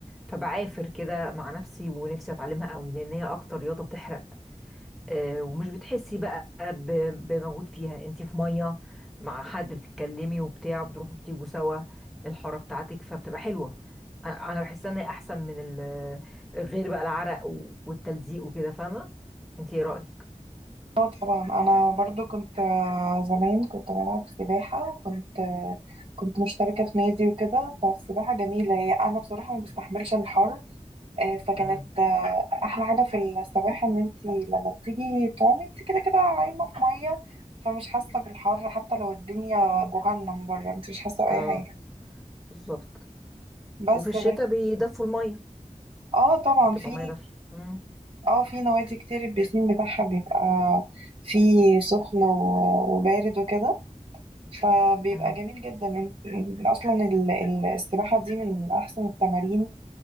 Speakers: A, in the centre; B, on the right.
A: فبعافر كده مع نفسي ونفسي اتعلمها قوي لان هي اكتر رياضه بتحرق آه، ومش بتحسي بقى ب- بمجهود فيها انت في ميه مع حد بتتكلمي وبتاع وبتروحوا بتيجوا سوا الحاره بتاعتك فبتبقى حلوه أ- انا بحس ان هي احسن من ال- غير بقى العرق و- والتلزيق وكده فاهمه انت ايه رايك
B: اه طبعا انا برضو كنت آه، زمان كنت بلعب سباحة وكنت آه، كنت مشتركة في نادي وكده فالسباحة جميلة هي انا بصراحة ما بستحملش الحر آه، فكانت
A: امم
B: آه، احلى حاجه في السباحه ان انت لما بتيجي تعومي انت كده كده عايمه في ميه فمش حاسه بالحر حتى لو الدنيا جهنم بره انت مش حاسه باي
A: اه
B: حاجه
A: بالظبط
B: بس
A: وفي الشتاء
B: ل-
A: بيدفوا الميه
B: اه طبعا
A: بتبقى
B: في
A: ميه دافيه امم
B: اه في نوادي كتير البيسين بتاعها بيبقى فيه سخن و- وبارد وكده فبيبقى
A: امم
B: جميل جدا إن- اصلا ال- ال- السباحه دي من احسن التمارين